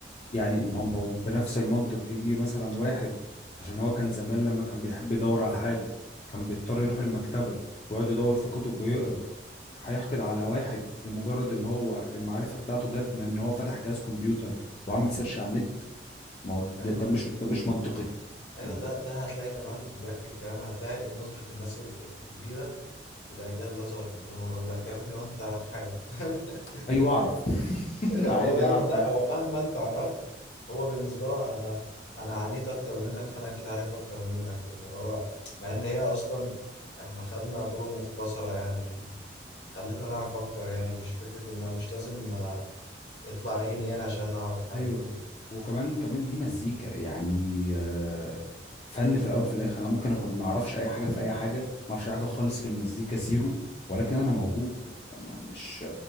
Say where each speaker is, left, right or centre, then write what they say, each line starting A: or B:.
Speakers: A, on the left; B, on the left.
A: يعني ما هم بنفس المنطق يجي مثلا واحد عشان هو كان زمان لما كان بيحب يدور على حاجة كان بيضطر يروح المكتبة ويقعد يدور في كتب ويقرا هيحقد على واحد لمجرد ان هو المعرفة بتاعته جت من ان هو فتح جهاز كمبيوتر وعمل سيرش على النت ما هو ده,
B: ايوه
A: ده
B: يا عم
A: مش
B: انت-
A: ده مش منطقي
B: ايوه
A: انت
B: ده ده هتلاقي كمان اللي بياكد كلامي هتلاقي نظره الناس ال- الكبيره للاجيال اللي اصغر منهم يقول لك يا ابني وانت تعرف حاجه <laughs>
A: ايوه اعرف <laughs>
B: هو
A: عادي
B: دايما
A: اعرف
B: لا هو مهما انت عرفت هو بالنسبه له انا انا عانيت اكتر منك فانا اكيد عارف اكتر منك إن هو مع ان هي اصلا احنا خدنا طرق مختصره يعني خلتنا نعرف اكتر يعني مش فكره ان انا مش لازم آه، يطلع عيني يعني عشان نعرف حاجه
A: ايوه وكمان كمان دي مزيكا يعني آه، فن في الاول في الاخر انا ممكن اكون ما اعرفش اي حاجه في اي حاجه ما اعرفش أي حاجه خالص في المزيكا زيرو ولكن انا موهوب ما- مش